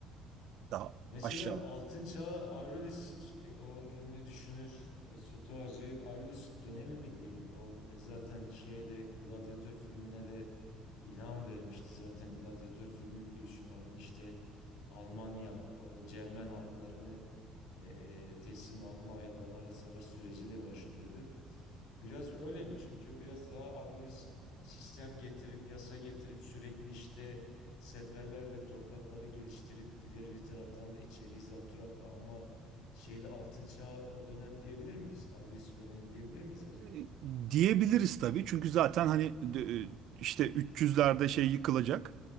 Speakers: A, on the right; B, on the left.
A: Daha
B: Mesela
A: aşağıda.
B: Altın Çağ Aurelius e, o ünlü düşünür e, Stoacı Aurelius dönemi mi diyelim o e, zaten şeye de Gladyatör filmine de ilham vermişti zaten Gladyatör filmi biliyorsun onun işte Almanya o Cermen halklarını e, teslim alma ya da onlarla savaş süreciyle başlıyordu. Biraz öyle mi? Çünkü o biraz daha Avrupa sistem getirip yasa getirip sürekli işte seferlerle toprakları geliştirip diğer bir taraftan da içeriği zapturapt alma şeyle altın çağı o dönem diyebilir miyiz? Avrupa dönemi diyebilir miyiz acaba?
A: E, Diyebiliriz tabii. Çünkü zaten hani d- e, işte 300'lerde şey yıkılacak.